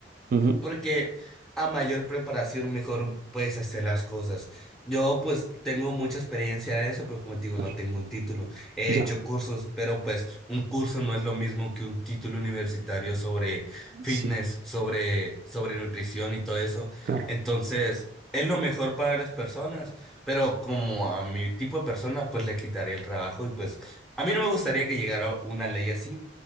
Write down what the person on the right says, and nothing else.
Ujú,
claro,
ya,
sí,
claro,